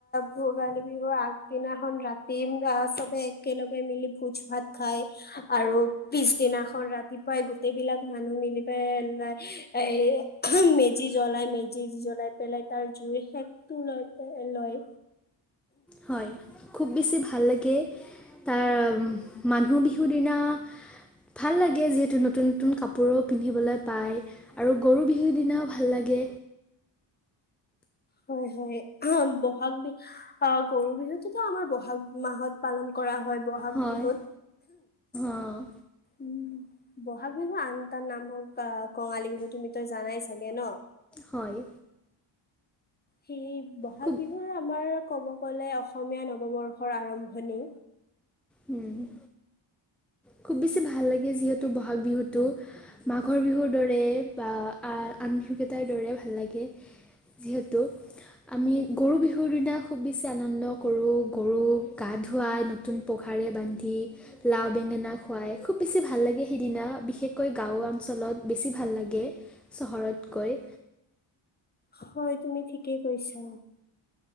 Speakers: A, on the left (about 20°); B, in the centre.
A: ভোগালী বিহুৰ আগদিনাখন ৰাতি আহ চবে একেলগে মিলি ভোজ ভাত খাই আৰু পিছদিনাখন ৰাতিপুৱাই গোটেই বিলাক মানুহ মিলি পাই এ যি জ্বলাই মেজি জ্বলাই পেলাই তাৰ জুইৰ শেকটো লয়, লয়।
B: হয় খুব বেছি ভাল লাগে তাৰ মানুহ বিহুৰ দিনা ভাল লাগে। যিহেতু নতুন নতুন কাপোৰো পিন্ধিবলৈ পায় আৰু গৰু বিহুৰ দিনাও ভাল লাগে।
A: হয়, হয় বহাগ বিহু- অ' গৰু বিহুতোতো আমাৰ বহাগ বিহু মাহত পালন কৰা হয়। বহাগ
B: হয়
A: বিহুত
B: অ'
A: উ'ম বহাগ বিহু আন তাৰ নাম হ'ল কঙালী বিহু তুমিতো জানাই চাগে ন।
B: হয়।
A: সেয়ে বহাগ
B: খুব
A: বিহু আমাৰ ক'ব গ'লে অসমীয়া নৱবৰ্ষৰ আৰম্ভণি।
B: উ'ম। খুব বেছি ভাল লাগে। যিহেতু বহাগ বিহুত টো মাঘৰ বিহুৰ দৰে বা আন বিহুকেইটাৰ দৰে ভাল লাগে। যিহেতু আমি গৰু বিহুৰ দিনা খুব বেছি আনন্দ কৰোঁ গৰুক গা ধুৱাই নতুন পঘাৰে বান্ধি লাও বেঙেনা খুৱাই খুব বেছি ভাল লাগে, সিদিনা বিশেষকৈ গাঁও অঞ্চলত বেছি ভাল লাগে চহৰতকৈ।
A: হয় তুমি ঠিকেই কৈছা।